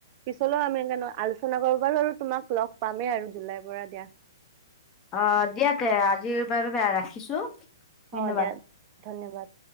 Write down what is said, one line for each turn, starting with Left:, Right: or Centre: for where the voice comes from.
Right: পিছলৈও আমি আলোচনা কৰ পাৰো আৰু তোমাক লগ পামেই আৰু জুলাইৰ পৰা দিয়া।
Left: অ দিয়া তে আজিৰ পৰা ৰাখিছো। ধন্যবাদ
Right: অ দিয়া ধন্যবাদ।